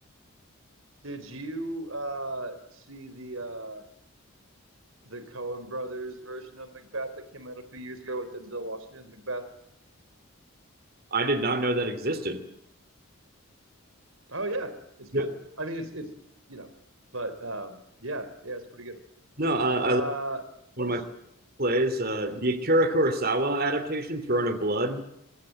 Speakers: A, on the right; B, on the right.
A: did you uh see the uh the Coen Brothers version of Macbeth that came out a few years ago with Denzel Washington Macbeth?
B: I did not know that existed.
A: Oh yeah, it's good.
B: Yeah.
A: I mean, it's it's you know, but um, yeah, yeah, it's pretty good.
B: No, uh,
A: Uh,
B: I love one
A: question.
B: of my plays. Uh, the Akira Kurosawa adaptation, Throne of Blood,